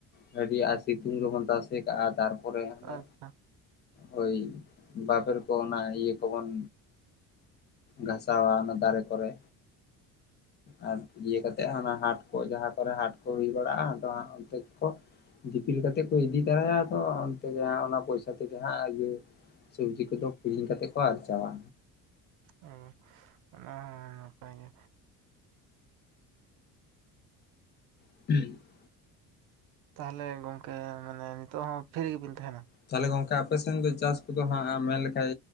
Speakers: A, on the left (about 30°); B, on the right (about 80°).
A: ᱜᱟᱹᱰᱤᱭᱟ-ᱟ ᱥᱤ..... ᱥᱤᱛᱩᱝ ᱨᱮᱵᱚᱱ ᱛᱟᱥᱮ ᱠᱟᱜᱼᱟ ᱛᱟᱨᱯᱚᱨᱮ ᱦᱟᱱᱮᱼᱼ
B: ᱟᱪᱪᱷᱟ
A: ᱦᱟᱭ ᱵᱟᱵᱮᱨ ᱠᱚ ᱚᱱᱟ ᱤᱭᱟᱹ ᱠᱚᱵᱚᱱᱼᱼ ᱜᱷᱟᱥᱟᱣᱟ ᱚᱱᱟ ᱫᱟᱨᱮ ᱠᱚᱨᱮ ᱟᱨ ᱤᱭᱟᱹ ᱠᱟᱛᱮᱜ ᱚᱱᱟ ᱦᱟᱸᱴ ᱠᱚ ᱡᱟᱦᱟᱸ ᱠᱚᱨᱮ ᱦᱟᱸᱴ ᱠᱚ ᱦᱩᱭ ᱵᱟᱲᱟᱜᱼᱟ ᱟᱫᱚ ᱦᱟᱸᱜ ᱚᱱᱛᱮ ᱠᱚ ᱫᱤᱯᱤᱞ ᱠᱟᱛᱮ ᱠᱚ ᱤᱫᱤ ᱛᱟᱨᱟᱭ ᱟᱠᱚ ᱚᱱᱛᱮ ᱜᱮ ᱦᱟᱸᱜ ᱚᱱᱟ ᱯᱚᱭᱥᱟ ᱛᱮᱜᱮ ᱦᱟᱸᱜ ᱤᱭᱟᱹ ᱥᱚᱵᱽᱡᱤ ᱠᱚᱫᱚ ᱠᱤᱨᱤᱧ ᱠᱟᱛᱮ ᱠᱚ ᱟᱨᱡᱟᱣᱟ᱾
B: ᱚ ᱚᱱᱟ ᱦᱚᱸ ᱱᱟᱯᱟᱭ ᱜᱮ
A: <unintelligible>
B: ᱛᱟᱦᱚᱞᱮ ᱜᱚᱝᱠᱮ ᱢᱟᱱᱮ ᱱᱤᱛᱚᱜ ᱦᱚᱸ ᱯᱷᱨᱤ ᱜᱮ ᱵᱤᱱ ᱛᱟᱦᱮᱱᱟ
A: ᱛᱟᱦᱚᱞᱮ ᱜᱚᱝᱠᱮ ᱟᱯᱮ ᱥᱮᱱ ᱫᱚ ᱪᱟᱥ ᱠᱚᱫᱚ ᱦᱟᱸᱜ ᱢᱮᱱ ᱞᱮᱠᱷᱟᱡ